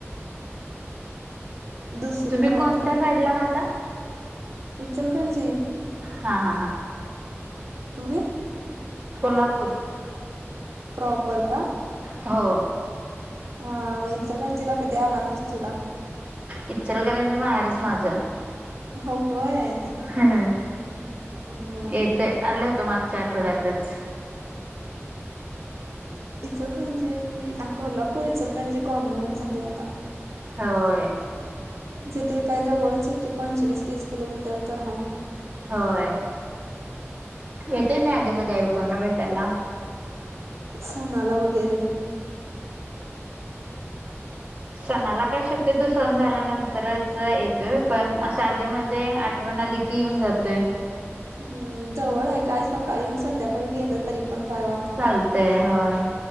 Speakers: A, on the right; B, on the right.
A: दुसरे
B: तुम्ही
A: नाहीत
B: कोणत्या
A: कुठल
B: साईडला राहता?
A: इचलकरणजी
B: हा हा हा
A: तुम्ही
B: कोल्हापूर
A: प्रॉपर का
B: हो
A: हा म इचलकरंजीला कधी आला नसशीला
B: इचलकरंजी माहेरच माझं
A: होय.
B: ह
A: होय
B: येते आलं होत मागच्या आठ ठवड्यातच
A: इचलकरंजी कोल्हापूर इचलकरंजी कॉमनच झालंय आता
B: होय
A: जे ते काय जवळच हाय की पंचवीस तीस किलोमीटर तर हाय
B: होय येते मी आदे मध्ये आईबाबांना भेटायला
A: सणाला वगैरे
B: सणाला काय शक्यतो सण झाल्यानंतरच येतोय पण असं आदे मध्ये आठवण आली की येऊन जातोय
A: हम्म जवळ हाय काय सकाळी येऊन संध्याकाळी गेलं तरी पण काय वाट
B: चालतय होय